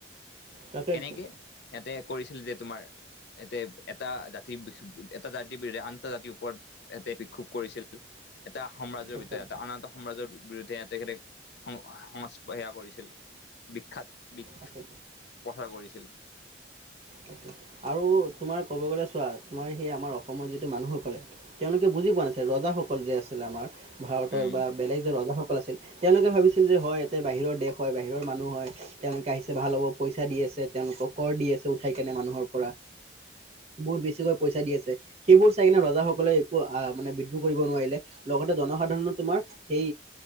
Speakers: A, on the right; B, on the left.
A: তাকেইতো
B: কেনেকে ইহঁতে কৰিছিল যে তোমাৰ এতে এটা জাতিৰ এটা জাতিৰ বিৰুদ্ধে আন'তা জাতিৰ ওপৰত এতে বিক্ষোভ কৰিছিল। এটা সাম্ৰাজ্যৰ
A: একদম
B: ভিতৰত এটা আন এটা সম্ৰাজৰ বিৰুদ্ধে তেখেতে সং সংস্প সেয়া কৰিছিল বিখ্যাত বিষ
A: তাকে
B: পঠাৰ কৰিছিল।
A: তাকে আৰু তোমাৰ ক'ব গ'লে চোৱা তোমাৰ সেই আমাৰ অসমৰ যিটো মানুহসকলে তেওঁলোকে বুজি পোৱা নাছিল ৰ কল যে আছিল আমাৰ ভাৰতৰ
B: উম
A: বা বেলেগ যে ৰ আছিল তেওঁলোকে ভাবিছিল যে হয় এয়াতে বাহিৰৰ দেশ হয় বাহিৰৰ মানুহ হয়, তেওঁলোকে আহিছে ভাল হ'ব, পইচা দিয়ে ছে তেওঁলোকক কৰ দি আছে উঠাই কেনে মানুহৰ পৰা বহুত বেছিকৈ পইচা দি আছে সেইবোৰ চাই কিনে ৰজাাসকলে একো আহ মানে বিদ্ৰুহ কৰিব নোৱাৰিলে। লগতে জনসাধাৰণ তোমাৰ সেই